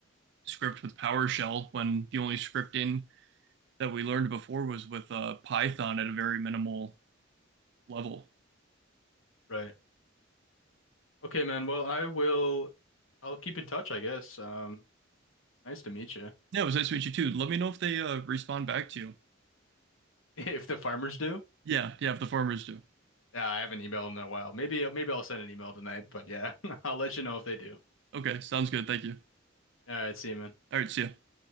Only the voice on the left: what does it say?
right. Okay, man. Well, I will. I'll keep in touch, I guess. Um, nice to meet you. <laughs>
If the farmers do,
yeah, I haven't emailed in a while. Maybe, maybe I'll send an email tonight. But yeah, <laughs> I'll let you know if they do.
All right, see you, man.